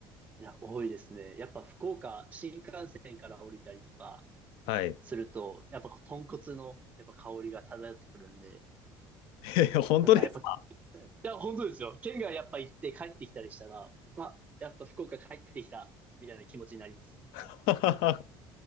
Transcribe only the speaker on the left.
はい。
<laughs> 本当ですか
<laughs>